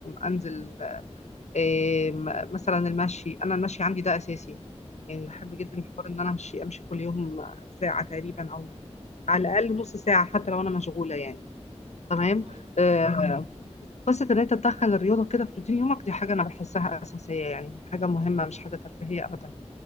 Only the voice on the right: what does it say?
مم،
كويس
مم،